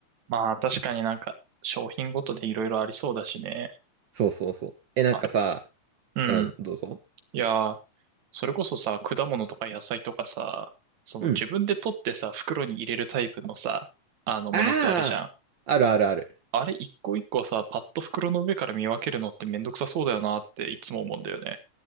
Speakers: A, on the right (about 70°); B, on the right (about 85°).
A: まあ確かになんか商品ごとでいろいろありそうだしね。
B: そうそうそう。え、なんかさ、
A: あれ、うん。
B: うん、どうぞ。
A: いやー、それこそさ、果物とか野菜とかさ、その自分で取ってさ、
B: うん。
A: 袋に入れるタイプのさ、あのものってあるじゃん。
B: ああ、あるあるある。
A: あれ一個一個さ、パッと袋の上から見分けるのってめんどくさそうだよなっていつも思うんだよね。